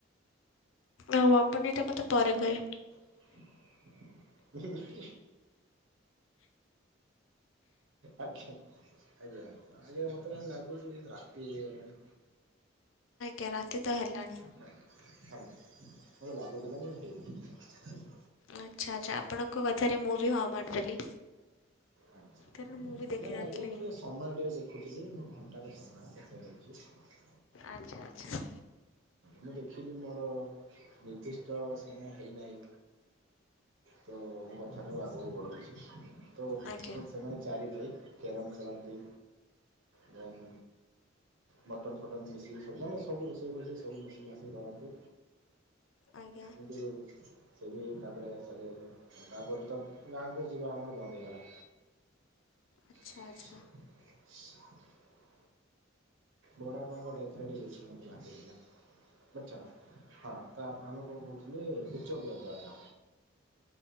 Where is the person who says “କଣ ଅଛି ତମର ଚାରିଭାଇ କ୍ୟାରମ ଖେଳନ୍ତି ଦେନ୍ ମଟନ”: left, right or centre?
Right